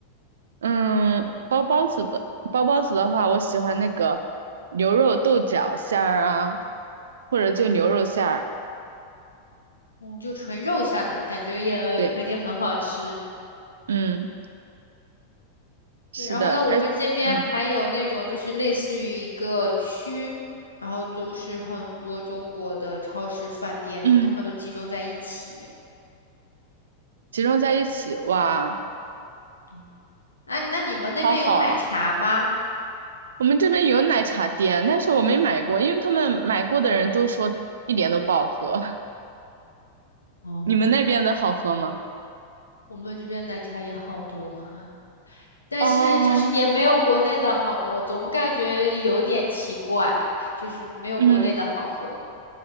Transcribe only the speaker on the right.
嗯，包包子的包包子的话，我喜欢那个牛肉豆角馅儿啊，或者就牛肉馅儿。
对，嗯，是的，
而嗯
嗯，
集中在一起，哇，
好好。我们这边有奶茶店，但是我没买过，因为他们买过的人都说一点都不好喝。<laughs>
你们那边的好喝吗？
哦，
嗯，